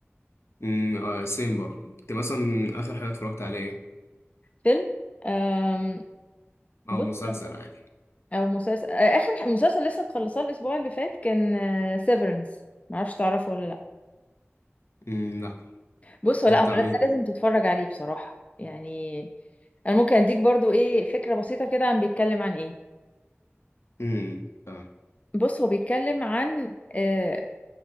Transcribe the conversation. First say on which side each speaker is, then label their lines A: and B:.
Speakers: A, on the left (about 70°); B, on the left (about 30°).
A: مم، آه سيم برضه انت مثلا اخر حاجة اتفرجت على ايه
B: فيلم آم،
A: او
B: بص
A: مسلسل عادي
B: او مسلسل آه، اخر ح- مسلسل لسه مخلصاه الاسبوع اللي فات كان سيفرنس معرفش تعرفه ولا لا
A: مم، لا
B: بص ولا
A: ده بتاع
B: هو ده
A: مين
B: لازم تتفرج عليه بصراحة يعني انا ممكن اديك برضو ايه فكرة بسيطة كده عن بيتكلم عن ايه
A: مم، تمام
B: بص هو بيتكلم عن آه